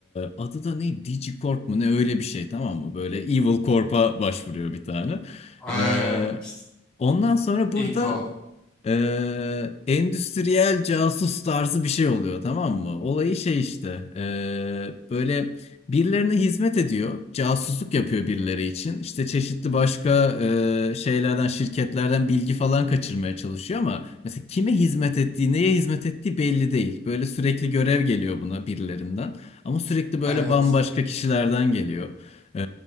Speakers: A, on the left; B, in the centre.
A: adı da ne? DigiCorp mu ne öyle bir şey tamam mı? Böyle Evil Corp'a başvuruyor bir tane.
B: Eee,
A: Ee,
B: ps-
A: ondan sonra burada
B: İKOR.
A: Eee, endüstriyel casus tarzı bir şey oluyor tamam mı? Olayı şey işte eee, böyle birilerine hizmet ediyor. Casusluk yapıyor birileri için. İşte çeşitli başka eee, şeylerden şirketlerden bilgi falan kaçırmaya çalışıyor ama mesela kime hizmet ettiği neye hizmet ettiği belli değil. Böyle sürekli görev geliyor buna birilerinden ama sürekli böyle
B: Evet.
A: bambaşka kişilerden geliyor. Ee,